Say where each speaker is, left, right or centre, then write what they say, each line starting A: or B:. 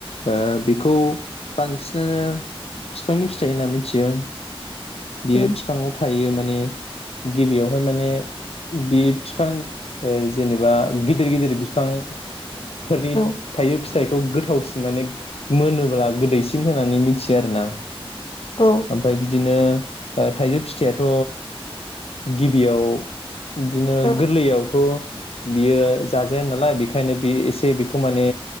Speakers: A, on the left; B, on the left.
A: ओ बेखौ बांसिननो बिफांनि फिथाइ होनना मिथियो। बियो
B: उम
A: बिफाङाव थायो माने गिबियावहाय माने बि बिफां ओ जेनेबा गिदिर गिदिर बिफां फोरनि
B: औ
A: थायजौ फिथाइखौ गोथावसिन माने मोनोब्ला गोदैसिन होननानै मिथियो आरो ना।
B: औ
A: ओमफाय बिदिनो ओ थाइजौ फिथाइयाथ' गिबियाव बिदिनो
B: औ
A: गोरलैयावथ बियो जाजाया नालाय बेखायनो बे एसे बेखौ माने